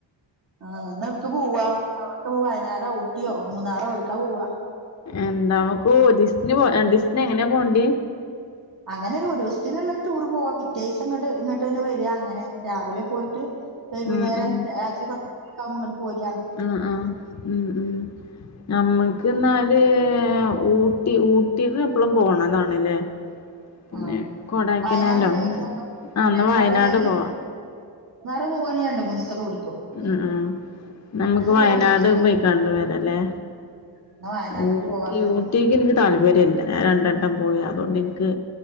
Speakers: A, on the right; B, on the left.
A: ആ ഒന്ന് എവിട്ക്കാ പോവാ അവർക്ക് വയനാടോ ഊട്ടിയോ മൂന്നാറോ ഏട്ക്കാ പോവാ
B: എന്താ നമുക്ക് ഒരു ദിസത്തിന് പോ രണ്ടിസത്തിന് എങ്ങനെയാ പോണ്ടേ
A: അങ്ങനെ ഒരു ദിവസത്തിനുള്ള ഒരു ടൂർ പോവാ പിറ്റേദിവസങ്ങട്ട് ന് വരിക അങ്ങനെ രാവിലെ പോയിട്ട് വൈകുന്നേരം
B: ഉം ഉം
A: രാജി പറ ഇങ്ങോട്ട് പോര
B: ആഹ് ആഹ് ഉം ഉം നമ്മക്ക് എന്നാല് ഊട്ടി ഊട്ടി എപ്പളും പോണതാണല്ലേ പിന്നെ
A: ആഹ്
B: കൊടെക്കെനാലോ
A: വയനാട് പോയേക്കാരം കൊടൈക്കനാല്
B: അന്ന് വയനാട്
A: അല്ലെങ്കി
B: പോവാ
A: മൂന്നാറ് പോവായാണ്ട് മൂന്നിസ കൂടി
B: ഉം നമ്മക്ക് വയനാട്
A: പോവാണെങ്കി അങ്ങനെ
B: പോയി കണ്ട് വരാല്ലേ
A: എന്നാ വയനാട്ക്ക്
B: ഊട്ടി
A: പോവാ
B: ഊ ഊട്ടിക്ക് എനിക്ക് താല്പര്യല്ല ഞാൻ രണ്ടട്ടം പോയാ അതുകൊണ്ട് എനിക്ക്